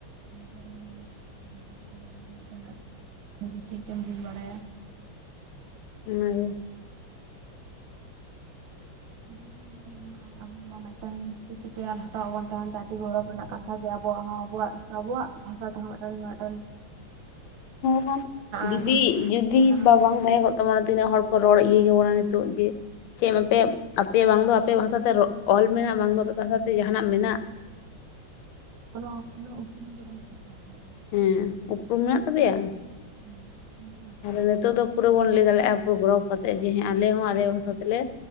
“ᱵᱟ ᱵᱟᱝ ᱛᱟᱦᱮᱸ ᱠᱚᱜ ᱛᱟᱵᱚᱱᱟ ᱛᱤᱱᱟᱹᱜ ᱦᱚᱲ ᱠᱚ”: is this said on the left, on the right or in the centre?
Left